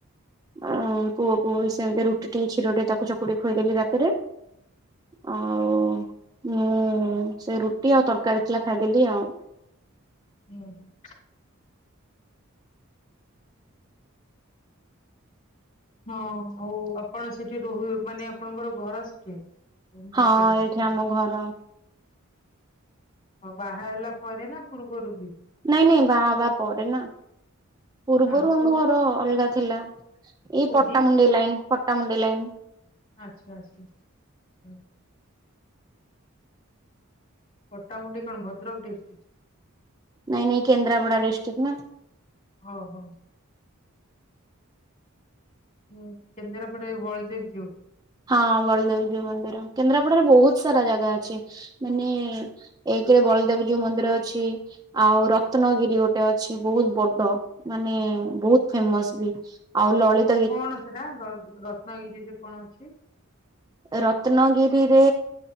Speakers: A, on the right; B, on the left.
A: ଆଁ ପୁଅକୁ ବି ସେମିତି ରୁଟିଟିକେ କ୍ଷୀର ଟିଏ ତାକୁ ଚକୁଟି ଖୁଆଇ ଦେଲି ରାତିରେ। ଆଉ ମୁଁ ସେ ରୁଟି ଆଉ ତରକାରୀ ଥିଲା ଖାଇଦେଲି ଆଉ।
B: ହୁଁ, ହୁଁ। ହଁ ଆଉ ଆପଣ ସେଠି ରହୁ, ମାନେ ଆପଣଙ୍କର ଘର ସେଠି? ଭୁବନେଶ୍ଵରରେ
A: ହଁ ଏଇଠି ଆମ ଘର।
B: ଅ ବାହା ହେଲା ପରେ ନା ପୂର୍ବରୁ ବି?
A: ନାଇଁ ନାଇଁ ବାହା ହବା ପରେ ନା ପୂର୍ବରୁ
B: ହ ହଁ
A: ଆମ ଘର ଅଲଗା ଥିଲା। ଏଇ
B: କୋଉଠି
A: ପଟାମୁଣ୍ଡେଇ ଲାଇନ୍ ପଟାମୁଣ୍ଡେଇ ଲାଇନ୍।
B: ଆଚ୍ଛା ଆଚ୍ଛା, ହୁଁ। ପଟ୍ଟାମୁଣ୍ଡେଇ କଣ ଭଦ୍ରକ ଡିଷ୍ଟ୍ରିକ୍?
A: ନାଇଁ ନାଇଁ କେନ୍ଦ୍ରାପଡ଼ା ଡିଷ୍ଟ୍ରିକ୍ ନା।
B: ଓହୋ। ହୁଁ କେନ୍ଦ୍ରାପଡ଼ାରେ ବଳଦେବ ଯିଉ।
A: ହଁ ବଳଦେବଜୀଉ ମନ୍ଦିର କେନ୍ଦ୍ରାପଡାରେ ବୋହୁତ୍ ସାରା ଜାଗା ଅଛି। ମାନେ ଏକରେ ବଳଦେବଯୀଉ ମନ୍ଦିର ଅଛି। ଆଉ ରତ୍ନଗିରି ଗୋଟେ ଅଛି। ବୋହୁତ୍ ବଡ ମାନେ ବୋହୁତ୍ ଫେମସ ବି। ଆଉ ଲଳିତ
B: କଣ ସେଟା ର-ରତ୍ନଗିରିରେ କଣ ଅଛି?
A: ରତ୍ନଗିରିରେ